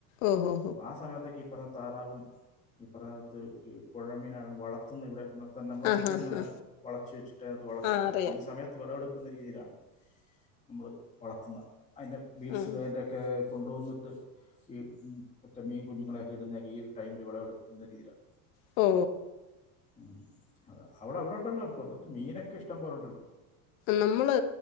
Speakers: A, on the left; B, on the left.
A: ഓഹോ
B: അപ്പോൾ ആ സമയത്തൊക്കെ ഈ താറാവും ഈ പറഞ്ഞകത്ത് ഈ പോഴമീനാണ് വളത്തുന്ന ഇവിടെ <unintelligible> നമ്മളെ അടുത്ത്
A: ആഹ് ഹാ
B: തന്നെ
A: ഹാ
B: വളച്ച് വെച്ചിട്ട് അത് വളത്തുന്ന്
A: ആ അറിയാം
B: ഈ സമയത്ത് വെളവെടുക്കുന്ന രീതിയിലാണ് മ്മള് വളത്തുന്ന അയ്ന്റെ ബീഡ്സ്
A: ഉം
B: വെന്റൊക്കെ <unintelligible> ടോന്ന്ട്ട് ഈ കുറ്റ മീൻ കുഞ്ഞുങ്ങളെയൊക്കെ ഇടുന്ന ഈ ഒരു ടൈമില് വെളവെടുക്കുന്ന രീതിയിലാ
A: ഓ
B: ഉം അ അവടെ അവ <unintelligible> മീനൊക്കെ ഇഷ്ടംപോല ണ്ടല്ലോ
A: നമ്മള്